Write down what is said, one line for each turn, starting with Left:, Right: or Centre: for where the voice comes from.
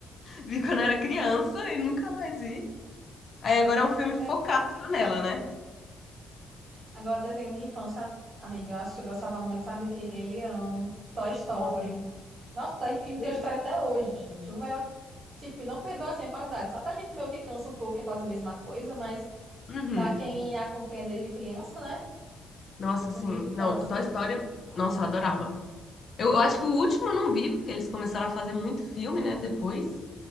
Left: vi quando era criança e nunca mais vi. Aí agora é um filme
Right: Ai,
Left: focado
Right: de-
Left: só nela, né?
Right: Agora, desenho de infância, amigo, eu acho que eu gostava muito, sabe, do que Rei Leão, Toy Story.
Left: Nossa,
Right: Nossa, Toy filme tem
Left: bele-
Right: história até hoje, gente. O melhor. Tipo, não perdeu assim a qualidade. Só pra gente meio que cansa um pouco, que é quase a mesma coisa, mas.
Left: Uhum.
Right: Pra quem acompanha desde criança, né?
Left: Nossa,
Right: Como
Left: sim.
Right: De infância.
Left: Não, Toy Story, nossa, eu adorava. Eu, eu acho que o último eu não vi, porque eles começaram a fazer muito filme, né, depois.